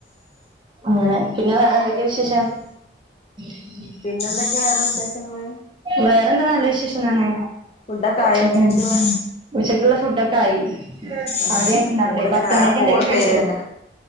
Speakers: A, on the right; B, on the left.
A: അങ്ങനെ പിന്നെ വേറെന്തൊക്കെ വിശേഷം ഉം
B: പിന്നെ എന്തൊക്കെയാ വിശേഷങ്ങള്
A: വേറെന്താ നല്ല വിശേഷാണ്
B: ഫുഡൊക്കെ ആയോ
A: സുഖം
B: ഉച്ചക്കുള്ള
A: ഉച്ചക്കുള്ള ഫുഡ്ടൊകെയി
B: അതെ
A: അവിടെ ആയിട്ടുണ്ടാവില്ലേ
B: കോള് ഇങ്ങനെ
A: പത്തുമണിക്ക്
B: വേറെ കോളും
A: എന്തെലും കഴിക്കോ
B: വരണ്ട്